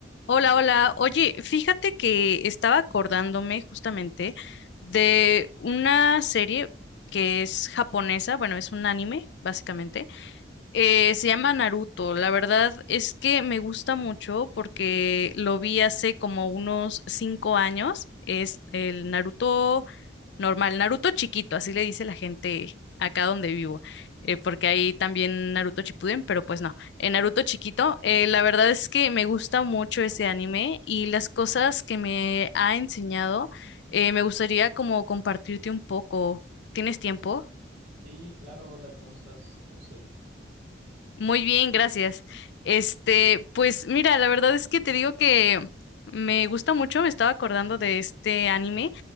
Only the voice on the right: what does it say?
Sí, claro, hola, ¿cómo estás? Por cierto.